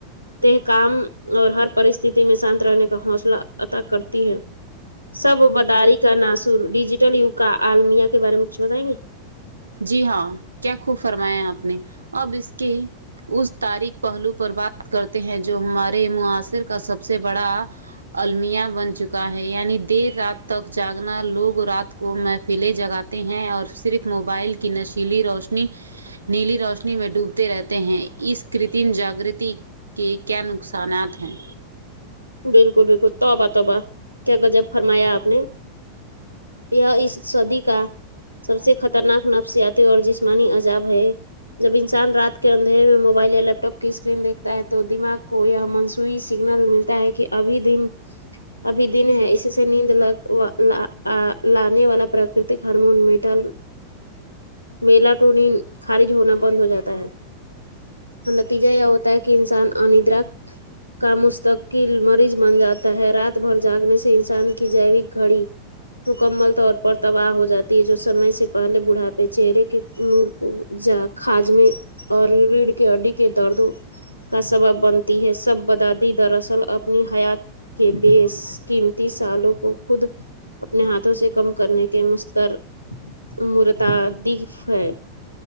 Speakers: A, on the left; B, on the right.
A: ت کام اور ہر پرستتی میں شانت رہنے کا حوصلہ عطا کرتی ہے سب بداری کا ناصور ڈیجیٹل یوگ کا آالمیا کے بارے میں کچھ بتائیں گے
B: جی ہاں کیا خوب فرمایا آپ نے اب اس کے اس تاریخ پہلو پر بات کرتے ہیں جو ہمارے معاصر کا سب سے بڑا المیا بن چکا ہے یعنی دیر رات تک جاگنا لوگ رات کو محفلیں جگاتے ہیں اور صرف مو بائل کی نشیلی روشنی نیلی روشنی میں ڈوبتے رہتے ہیں اس کرتم جاگگرتی کہ کیا نقصانات ہیں
A: بالکل بالکل توبہ توبہ کیا غجب فرمایا آپ نے کیا اس سدی کا سب سے خطرناک نفسیاتی اور جسمانی عزاب ہے جب انسان رات کے اندھیرے میں موبائل یا لیپ ٹاپ کی اسکرین دیکھتا ہے تو دماغ کو من سوئی سگنل ملتا ہے کہ ابھی دن ابھی دن ہے اس سے نیند لگ وا لا اا لانے والا پر پراکتک ہارمون میٹال میلا ٹونی خارج ہونا بند ہو جاتا ہے نتیجہ یہ ہوتا ہے کہ انسان اندرا کا مستک کل مریض بن جاتا ہے رات بھر جاگنے سے انسان کی جیوک گھڑی مکمل طور پر تباہ ہو جاتی ہے جو سمے سے پہلے بوڑھا پہ چہرے کے جا کاجمی اور ریڑھ کے ہڈی کے دردوں کا سبب بنتی ہے سب بدادی دراصل اپنی حیات کے بیس قیمتی سالوں کو خود اپنے ہاتھوں سے کم کرنے کے مستر مرتاددیف ہے